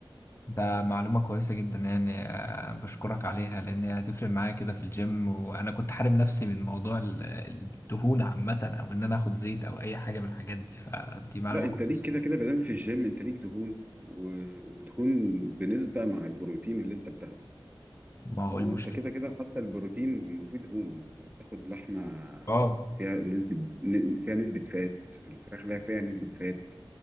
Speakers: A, on the left; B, on the right.
A: ده معلومة كويسة جدا يعني آه، بشكرك عليها لأن هي هتفرق معايا كده في الجيم وأنا كنت حارم نفسي من موضوع ال- الدهون عامة أو إن أنا آخد زيت أو أي حاجة من الحاجات دي فدي معلومة
B: لا انت
A: كويسة
B: ليك كده كده مادام في الجيم انت ليك دهون و- ودهون بنسبة مع البروتين اللي انت بتاخده
A: ما هو
B: ما
A: المشكلة
B: هو انت كده كده حتى البروتين ما فيه دهون ما انت بتاخد لحمة
A: اه
B: فيها نسبة ن- فيها نسبة فات الفراخ لا فيها نسبة فات